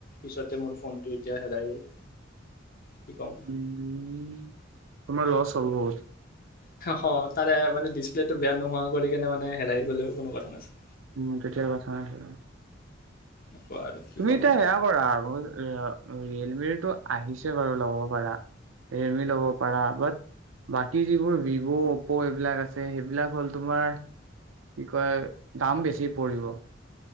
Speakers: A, on the left; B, on the right.
A: পিছতে মোৰ ফোনটো এতিয়া হেৰাই গ'ল কি ক'ম
B: উম তোমাৰ লচ চলবজ
A: হয় তাৰে মানে ডিছপ্লে টো বেয়া নোহোৱা কৰি কেনে মানে হেৰাই গ'লেও কোনো কথা নাছিলে
B: উম তেতিয়াৰ কথা নাছিলে
A: এনেকুৱা আৰু কি
B: তুমি
A: ক'বা
B: এতিয়া সেয়া কৰা আৰু ৰিয়েলমিৰ টো আহিছে বাৰু ল'ব পাৰা ৰেডমি ল'ব পাৰা বাট বাকী যিবোৰ ভিভ' অপ্প' এইবিলাক আছে সেইবিলাক হ'ল তোমাৰ কি কয় দাম বেছি পৰিব